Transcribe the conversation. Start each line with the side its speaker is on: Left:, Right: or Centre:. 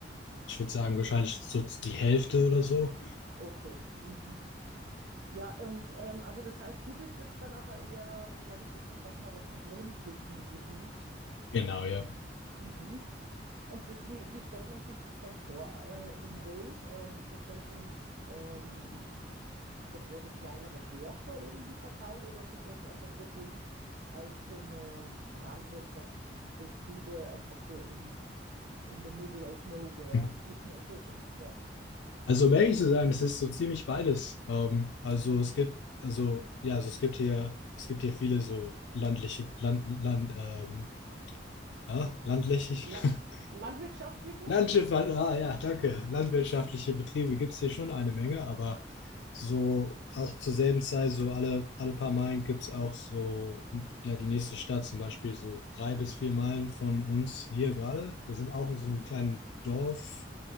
Left: ich würde sagen, wahrscheinlich so die Hälfte oder so.
Right: okay. Mhm. Ja, und ähm, also das heißt, du bist jetzt dann nachher eher, soweit ich das verstanden habe, auf dem ländlichen Gebiet.
Left: Genau, ja.
Right: Mhm. Und das, wie, wie stellt man sich das dann vor, äh, in Wales? Ähm, sind dann so ähm, Sind dann eher so kleinere Dörfer irgendwie verteilt oder sind jetzt einfach wirklich einzelne Landwirtschaftsbetriebe einfach so in, in the middle of nowhere,
Left: Mhm.
Right: <laughs> wie man so schön sagt?
Left: Also, um ehrlich zu sein, es ist so ziemlich beides. Ähm, also es gibt, also, ja, also es gibt hier, es gibt hier viele so landliche, land, land, ähm, ah, landläufig,
Right: La
Left: <laughs>
Right: landwirtschaftliche?
Left: Landschiff, ah ja, danke. Landwirtschaftliche Betriebe gibt es hier schon eine Menge, aber so auch zur selben Zeit, so alle, alle paar Meilen gibt es auch so, ja, die nächste Stadt zum Beispiel, so drei bis vier Meilen von uns hier gerade. Wir sind auch in so
Right: Mhm.
Left: einem kleinen Dorf